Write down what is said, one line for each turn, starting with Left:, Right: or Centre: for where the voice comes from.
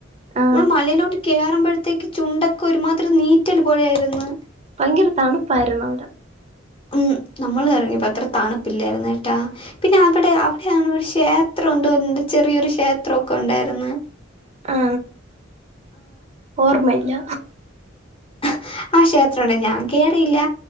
Right: ആ
Left: നമ്മൾ മലയിലോട്ട് കേയറുമ്പോഴത്തേക്ക് ചുണ്ടൊക്കെ ഒരുമാതിരി ഒരു നീറ്റല് പോലെ ആയിര്ന്ന്
Right: ഭയങ്കര തണുപ്പായ്രുന്ന് ഇവ്ടെ
Left: ഉം നമ്മൾ എറങ്ങിയപ്പോ അത്ര തണുപ്പില്ലായിരുന്ന് കെട്ടാ പിന്നെ അവിടെ അവിടെയാണ് ഒരുശ് ക്ഷേത്രം ഉണ്ട്ണ്ട് ചെറിയൊരു ക്ഷേത്രോക്കെ ഉണ്ടായ്ര്ന്നു
Right: ആ ഓർമ്മയില്ല
Left: ആ ആ ക്ഷേത്രണ്ട് ഞാൻ കേ ഇല്ല്യ